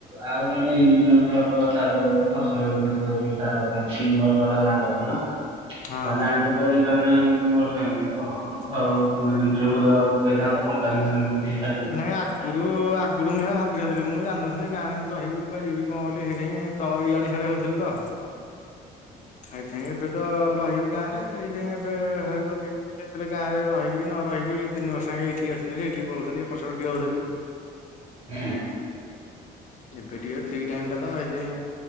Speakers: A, on the right (about 30°); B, on the left (about 45°).
A: ଆଉ ତମେ ଏଇ ବିଜନେସ <unintelligible> ଷ୍ଟାର୍ଟ କରିଥିଲେ ଫସଲ ବିଜନେସ ଷ୍ଟାର୍ଟ ଏଇ କରିଥାନ୍ତ। ତିନି ବର୍ଷ ହେଲା ଗାଁରେ ଅ ଆଛ ନା
B: ହଁ
A: ତମେ ଜାଣିଛ, କୁଆଡେ ଯିବାର ନାହିଁ ଏଇନା ତିନି ବର୍ଷ ଯାଙ୍କେ। ହଁ <unintelligible>
B: ହଁ।
A: ତେଣୁ ବୋଧେ ଆଉ ପକେଇଥାନ୍ତ କମ୍ପାନୀ ଫମ୍ପାନି କୋଉଠି ଚା
B: ନାଇଁ ଆଗରୁ ଆଗରୁ ମୁଁ ଭାବିନଥିଲି ମୁଁ ଜାଣିନଥିଲି, ଗାଁରେ ଏନ୍ତି ରହିବି କୁଆଡେ ଯିବି କଣ ବୋଲି ହେଇଥିଯାଇଁ ତଳ ଏଆଡେ ସିଆଡେ ହଉଥିଲି ତ। ଖାଇ <unintelligible> ଏବେ ତ ରହିବି ଗାଁରେ, ଏଇଥିପାଇଁ ଏବେ ଭାବିଲି ଲଗେଇଦେବିି କେତେବେଳେ ଗାଁରେ ରହିବି ନ ରହିବି। ତିନିବର୍ଷ ଜାଙ୍କେ ଏଠିକି ଆସିକି ଯେ, ଏଠିକି ପଳଉଥିଲି ଏପଟ ସେପଟ ଟିକେ ହଉଥିଲି।
A: ହୁଁ।
B: ଏବେ ଟିକେ ଫ୍ରି ଟାଇମ୍ ଟା ତ ହେଇତି ପାଇଁ